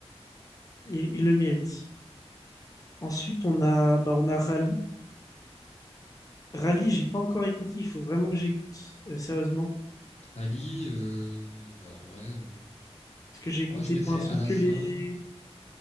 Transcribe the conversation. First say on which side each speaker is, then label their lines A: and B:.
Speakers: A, on the left; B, on the left.
A: Il, il le mérite. Ensuite, on a, bah, on a Rally. Rally, j'ai pas encore écouté. Il faut vraiment que j'écoute, euh, sérieusement.
B: Ali, euh, bah, en vrai, euh,
A: Parce que j'ai écouté
B: moi, je mettrais
A: pour l'instant
B: à la
A: que
B: fin,
A: les.